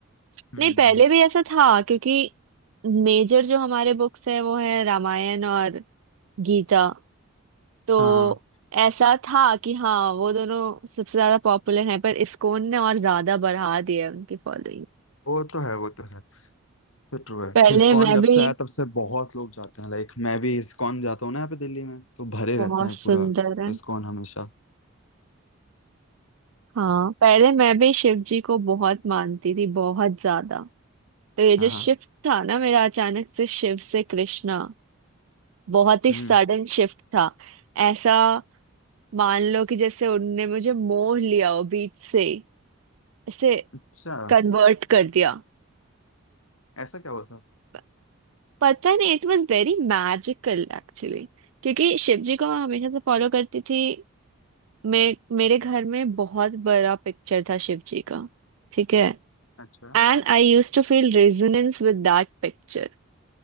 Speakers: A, on the left (about 75°); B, on the right (about 75°).
A: हम्म
B: नहीं पहले
A: हम्म।
B: भी ऐसा था क्योंकि मेजर जो हमारे बुक्स है वो है रामायण और गीता तो
A: हाँ
B: ऐसा था कि हाँ वो दोनों सबसे ज्यादा पॉपुलर हैं पर इस्कॉन ने और ज्यादा बढ़ा दिया है उनकी फॉलोइंग
A: वो तो है वो तो है तो ट्रू है
B: पहले
A: इस्कॉन
B: मैं
A: जब
B: भी
A: से आया तब से बहुत लोग जाते हैं लाइक मैं भी इस्कॉन जाता हूँ ना यहाँ पे दिल्ली में तो भरे रहते
B: बहुत
A: हैं
B: सुंदर
A: पूरा
B: है
A: इस्कॉन हमेशा
B: हाँ पहले मैं भी शिव जी को बहुत मानती थी बहुत ज्यादा तो ये
A: हाँ
B: जो
A: हाँ
B: शिफ्ट था ना मेरा अचानक से शिव से कृष्णा बहुत ही
A: हम्म
B: सडन शिफ्ट था ऐसा मान लो कि जैसे उनने मुझे मोह लिया हो बीच से ऐसे
A: अच्छा
B: कन्वर्ट कर दिया
A: ऐसा क्या हुआ था
B: प- पता नहीं it was very magical actually क्योंकि शिव जी को मैं हमेशा से फॉलो करती थी मैं मेरे घर में बहुत बड़ा पिक्चर था शिव जी का ठीक है
A: अच्छा
B: And I used to feel resonance with that picture